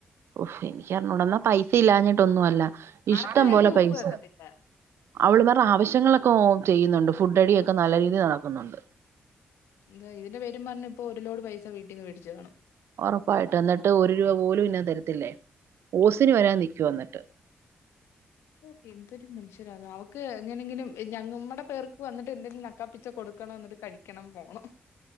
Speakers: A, on the right; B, on the left.
A: ഓഎനിക്കറിഞ്ഞൂട എന്നാ പൈസ ഇല്ലാഞ്ഞിട്ടൊന്നുമല്ല ഇഷ്ടം
B: അറുത്ത കൈക്ക്
A: പോലെ പൈസ
B: ഉപ്പ് വെക്കത്തില്ല
A: അവള് മാർട ആവശ്യങ്ങളൊക്കെ ചെയ്യുന്നുണ്ട് ഫുഡ്അടിയൊക്കെ നല്ല രീതിയിൽ നടക്കുന്നുണ്ട്
B: എന്താ ഇതിന്റെ പേരും പറഞ്ഞ് ഇപ്പൊ ഒരു ലോട് പൈസ വീട്ടിന്ന് മേടിച്ചു കാണും
A: ഉറപ്പായിട്ട് എന്നിട്ട് ഒരു രൂപ പോലും ഇന്നാൻ തരത്തില്ലേ ഓസിന് വരാൻ നിൽക്കുവാ എന്നിട്ട്
B: ഓ എന്തൊരു മനഷ്യരാ അവക്ക് എങ്ങനെങ്കിലും ഞമ്മടെ പേർക്ക് വന്നിട്ട് എന്തെങ്കിലും നക്കാപ്പിച്ച കൊടുക്ക നക്കണം ന്നിട്ട് കഴിക്കണം പോണം